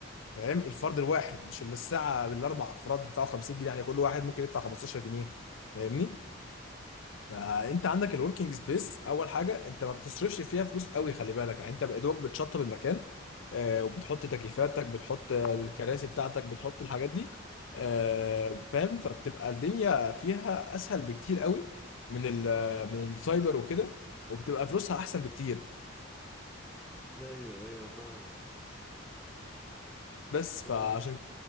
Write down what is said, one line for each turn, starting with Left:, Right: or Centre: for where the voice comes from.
Left: فاهم الفرد الواحد مش اللي الساعه بالاربع افراد بتاعه 50 جنيه يعني كل واحد ممكن يدفع 15 جنيه فاهمني فانت عندك الوركينج سبيس اول حاجه انت ما بتصرفش فيها فلوس قوي خلي بالك يعني انت بادواك بتشطب المكان آه، وبتحط تكييفاتك بتحط الكراسي بتاعتك بتحط الحاجات دي آه، فاهم فبتبقى الدنيا فيها اسهل بكتير قوي من ال من السايبر وكده وبتبقى فلوسها احسن بكتير
Centre: ايوه ايوه فاهمك
Left: بس
Centre: طيب
Left: فعشان